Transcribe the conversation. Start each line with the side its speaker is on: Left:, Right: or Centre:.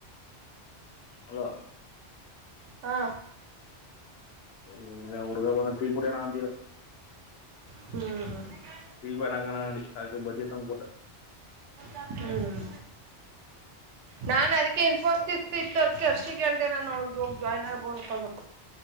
Left: ಹಲೋ
Right: ಹಾ
Left: ಇನ್ನ ಹುಡುಗ ಬಂದ ಟೀ ಕೂಡಣ ಅಂತರ
Right: ಹ್ಮ್
Left: ಬ ಆಗಣ ಅಡಿ ಕ ಬಜೆಟ್ ಒಂಗ್ಕೂಟ್ಟ
Right: ಹ್ಮ್ ನಾನ್ ಅದಕ್ಕೆ ಇನ್ಫೋಸಿಸ್ ಇತ್ತು ಅದ್ ಹರ್ಷಿಗ್ ಹೇಳ್ದೇ ನಾನ ಒ ಹೋಗಿ ಜಾಯ್ನ್ ಆಗು ಅನ್ಕೊಂಡ